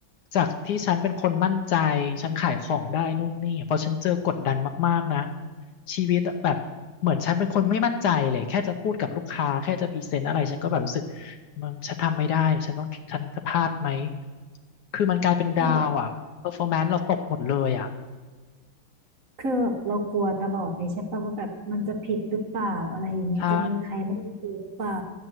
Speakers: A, on the left; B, on the right.
A: จากที่ฉันเป็นคนมั่นใจฉันขายของได้นู่นนี่พอฉันเจอกดดันมากๆนะชีวิตแบบเหมือนฉันเป็นคนไม่มั่นใจเลยแค่จะพูดกับลูกค้าแค่จะพรีเซนต์อะไรฉันก็แบบรู้สึกมันฉันทำไม่ได้ฉันต้องฉันจะพลาดไหมคือมันกลายเป็นดาวอ่ะ
B: คือแบบ
A: performance เราตกหมดเลยอ่ะ
B: คือแบบเรากลัวตลอดเลยใช่ปะว่าแบบมันจะผิดหรือเปล่าอะไรอย่างเงี้ยจะมีใครไม่มีครูหรือเปล่า
A: ใช่